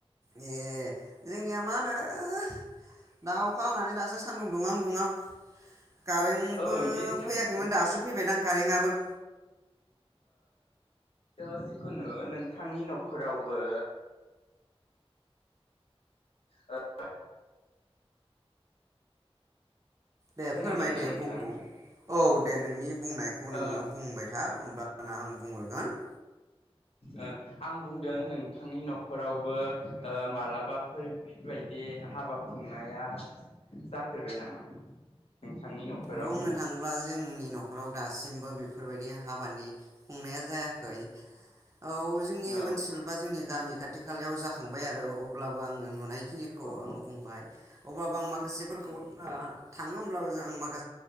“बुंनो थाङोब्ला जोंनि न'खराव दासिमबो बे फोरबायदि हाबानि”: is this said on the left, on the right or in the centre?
Right